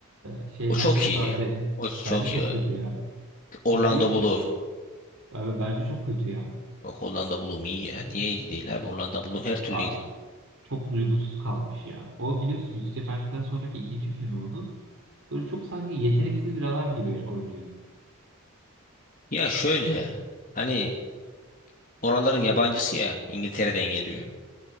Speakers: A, on the right; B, on the left.
A: e, şeyden
B: O çok
A: çok
B: iyi.
A: daha ze-
B: O çok
A: bence çok
B: iyi.
A: kötü ya.
B: Orlando
A: Kö iyi mi
B: Bloom.
A: diyorsun? Abi bence çok kötü ya.
B: Bak Orlando Bloom iyi ya. Niye iyi değil abi? Orlando Bloom her türlü
A: Abi
B: iyi.
A: çok duygusuz kalmış ya. O biliyorsun Yüzük Efendi'den sonraki ikinci filmi onun. Böyle çok sanki yeteneksiz bir adam gibi oynuyor.
B: Ya şöyle hani oraların yabancısı ya İngiltere'den geliyor.